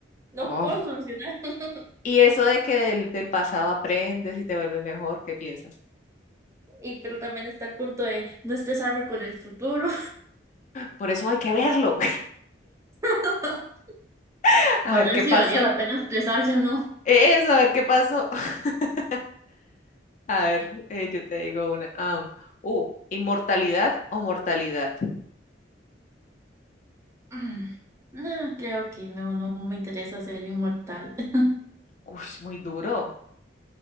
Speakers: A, on the right (about 15°); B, on the left (about 45°).
A: no
B: Oh.
A: puedo solucionar. <laughs>
B: Y eso de que del, del pasado aprendes y te vuelves mejor, ¿qué piensas?
A: Y pero también está el punto de no estresarme con el futuro,
B: Por eso hay que verlo,
A: <laughs>
B: <laughs> a
A: para
B: ver
A: ver
B: qué
A: si
B: pasó.
A: valía la pena estresarse o no. <clears throat>
B: Eso, a ver qué pasó. <laughs> A ver, eh, yo te digo una. am, uh, ¿inmortalidad o mortalidad?
A: Mm, No, creo que no, no me interesa ser inmortal. <laughs>
B: Uy, muy duro.